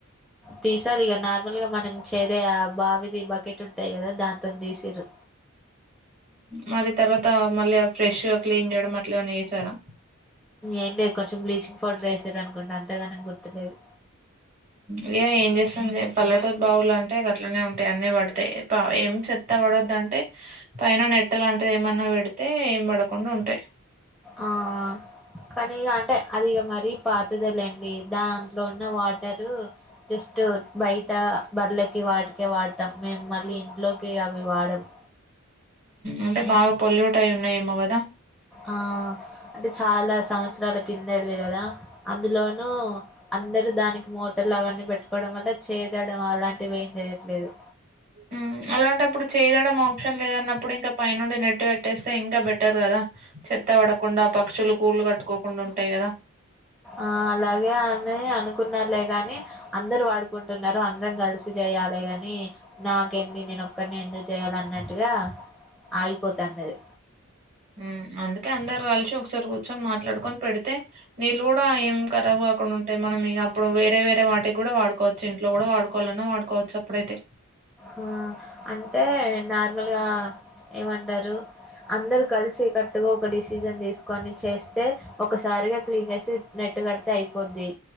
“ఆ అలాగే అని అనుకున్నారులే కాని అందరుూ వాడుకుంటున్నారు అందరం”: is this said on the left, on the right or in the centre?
Centre